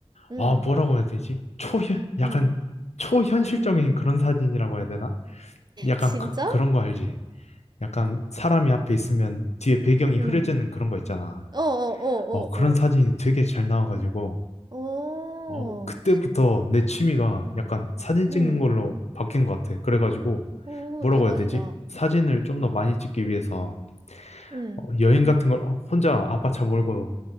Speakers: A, on the right; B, on the left.
A: 음.
B: 아 뭐라고 해야 되지? 초현 약간
A: 음.
B: 초현실적인 그런 사진이라고 해야 되나? 약간
A: 진짜?
B: 그, 그런 거 알지? 약간 사람이 앞에 있으면 뒤에 배경이
A: 음.
B: 흐려지는 그런 거 있잖아.
A: 어, 어, 어,
B: 어 그런
A: 어,
B: 사진이 되게 잘 나와가지고.
A: 어. 오.
B: 어, 그때부터 내 취미가 약간 사진 찍는
A: 응
B: 걸로 바뀐 것 같아. 그래가지고
A: 오,
B: 뭐라고
A: 대박이다.
B: 해야 되지? 사진을 좀 더 많이 찍기 위해서
A: 응.
B: 어, 여행 같은 걸 어, 혼자 아빠 차 몰고